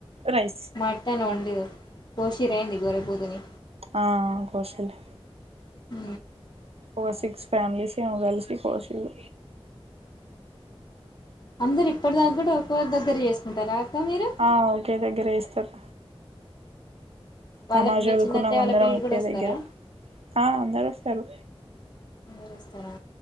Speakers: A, on the right (about 80°); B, on the left (about 45°).
A: rice
B: mutton వండి కొషిర్రా యి
A: ఆ కోశిల్లు
B: ఉ
A: ఫోర్ సిక్స్ ఫమీలీస్ ఏమో కలిసి కోశిల్లు
B: అందరు ఇప్పటి దాకా కూడా ఒకవారి దగ్గర చేసుకుంటారా మీరు
A: ఆ ఓకే దగ్గర చెస్తారు
B: వాళ్ళ
A: నమాజ్
B: మీ
A: చదువుకున్నా
B: చిన్నత్తయ్య వాళ్ళ
A: అందరం
B: పిల్లలు
A: ఒకే
B: కూడా వస్తారా
A: దగ్గర ఆ అందరు వస్తారు
B: అరు వస్తారా